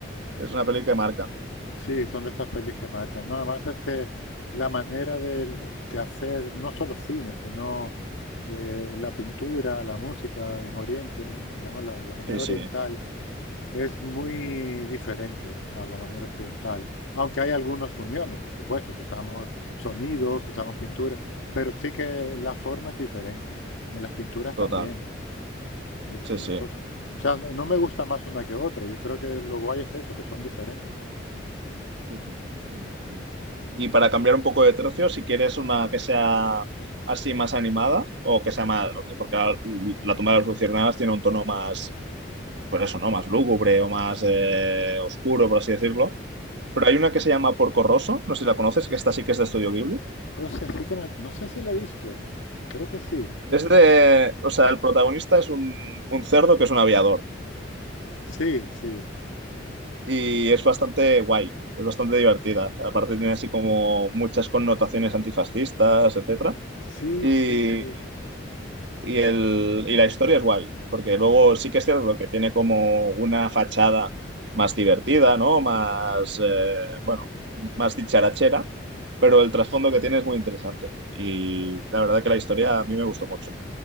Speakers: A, on the right (about 65°); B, on the left (about 85°).
A: es una peli que marca.
B: Sí, son de esas pelis que marcan. No, además es que la manera del- de, hacer no solo cine, sino eh, la pintura, la música en Oriente, digamos, la, la manera
A: Sí, sí,
B: oriental es muy diferente a la manera occidental. Aunque hay algunas uniones, por supuesto, si usamos sonidos, si usamos pintura, pero sí que la forma es diferente. En las pinturas
A: total.
B: también. Es,
A: Sí,
B: es
A: sí.
B: ot- o sea, no, no me gusta más una que otra. Yo creo que lo guay es eso, que son diferentes.
A: Sí, sí, 100%. Y para cambiar un poco de tercio, si quieres una que sea así más animada o que sea más, ok, porque la, la tumba de las luciérnagas tiene un tono más, pues eso, ¿no? Más lúgubre o más eh, oscuro, por así decirlo. Pero hay una que se llama Porco Rosso, no sé si la conoces, que esta sí que es de Estudio Ghibli.
B: O sea, sí que me- no sé si la he visto. Creo que sí.
A: Es de, o sea, el protagonista es un, un cerdo que es un aviador.
B: Sí, sí.
A: y es bastante guay, es bastante divertida. Aparte tiene así como muchas connotaciones antifascistas, etcétera.
B: Sí,
A: Y,
B: sí, sí.
A: y, el, y la historia es guay, porque luego sí que es cierto que tiene como una fachada más divertida, ¿no? Más, eh, bueno, más dicharachera, pero el trasfondo que tiene es muy interesante. Y la verdad que la historia a mí me gustó mucho.